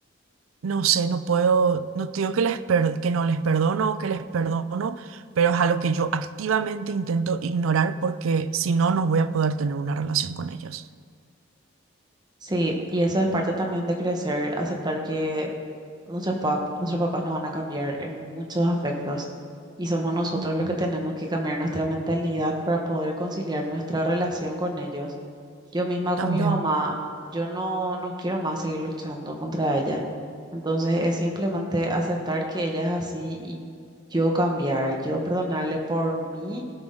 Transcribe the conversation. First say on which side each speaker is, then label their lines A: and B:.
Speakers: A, on the right; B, on the right.
A: no sé, no puedo, no te digo que les per- que no les perdono o que les perdono, pero es algo que yo activamente intento ignorar porque si no, no voy a poder tener una relación con ellos.
B: Sí, y eso es parte también de crecer, aceptar que Nuestros pap- nuestros papás no van a cambiar en muchos aspectos y somos nosotros
A: Ujú.
B: los que tenemos que cambiar nuestra mentalidad para poder conciliar nuestra relación con ellos. Yo misma
A: También,
B: con mi mamá, yo no, no quiero más seguir luchando contra ella. Entonces es simplemente aceptar que ella es así y yo cambiar, yo perdonarle por mí